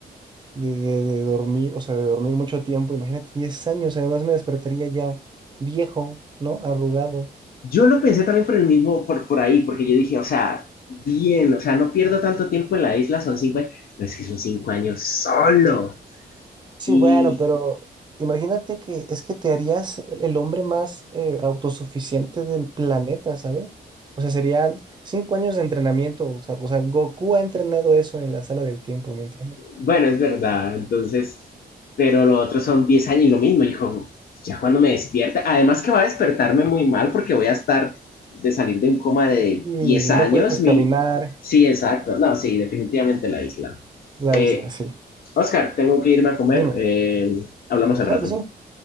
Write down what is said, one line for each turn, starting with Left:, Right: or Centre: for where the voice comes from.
Right: de, de- de dormir, o sea, de dormir mucho tiempo. Imagínate, 10 años, además me despertaría ya viejo, ¿no? Arrugado.
Left: Yo lo pensé también por el mismo, por, por ahí, porque yo dije, o sea, bien, o sea, no pierdo tanto tiempo en la isla, son cinco años, pero es que son cinco años solo.
Right: Sí,
Left: Y
Right: bueno, pero imagínate que es que te harías el el hombre más eh, autosuficiente del planeta, ¿sabes? O sea, serían cinco años de entrenamiento, o sea, o sea, Goku ha entrenado eso en la sala del tiempo, ¿me entiendes?
Left: bueno, es verdad, entonces, pero lo otro son 10 años y lo mismo, hijo, ya cuando me despierta, además que va a despertarme muy mal porque voy a estar de salir de un coma de
Right: Y
Left: 10 años,
Right: no puedes
Left: mi...
Right: caminar.
Left: sí, exacto, no, sí, definitivamente la isla.
Right: La
Left: Eh,
Right: isla, sí.
Left: Oscar, tengo que irme a comer,
Right: Dime.
Left: eh, hablamos al
Right: Claro
Left: rato,
Right: que sí,